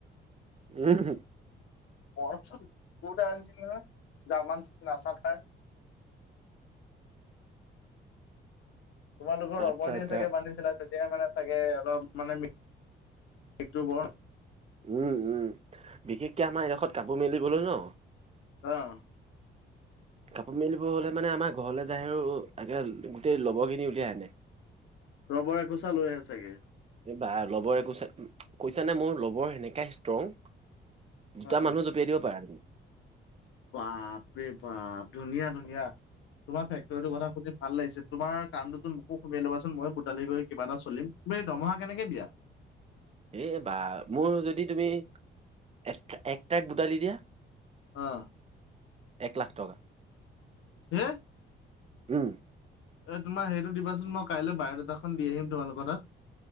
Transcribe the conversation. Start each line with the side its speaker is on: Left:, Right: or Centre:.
Right: উম।
Left: মন <unintelligible> কুকুৰ এটা আনিছিল নহয়, জাৰ্মান নাছাফাৰ তোমালোকৰ ৰবৰ
Right: আচ্ছা
Left: দিয়ে
Right: আচ্ছা
Left: চাগে বান্ধিছিলা, তেতিয়া মানে চাগে অলপ মানে মৃত্যু বৰণ
Right: উম, উম, বিশেষকে আমাৰ এডোখত কাপোৰ মেলিবলৈ ন'
Left: আহ।
Right: কাপোৰ মেলিব হ'লে মানে আমাৰ ঘৰলৈ যায় আৰু একে গোটেই লবৰখিনি উলিয়াই আনে।
Left: ৰবৰে একোচা লৈ আহে চাগে।
Right: এই বা লবৰ একোছা, কৈছা নে মোৰ লবৰ সেনেকা ষ্ট্ৰং দুটা
Left: অ
Right: মানুহ জঁপিয়াই দিব পাৰে।
Left: বাপ্পৰে, বাপ, ধুনীয়া, ধুনীয়া। তোমাৰ ফেক্টৰী টো কথা শুনি ভাল লাগিছে তোৰ কামটোতো মোকো সোমোয়াই ল'বাচোন মইও <unintelligible> কিবা এটা চলিম। তুমি দৰমহা কেনেকে দিয়া?
Right: এই বা, মোৰ যদি তুমি, এক, এক ট্ৰাক বুটালি দিয়া
Left: অ'।
Right: এক লাখ টকা।
Left: হে?
Right: উম।
Left: এ, তোমাৰ হেৰিটো দিবাচোন, মই কাইলৈ বায়'ডাটাখন দি আহিম তোমালোকৰ তাত।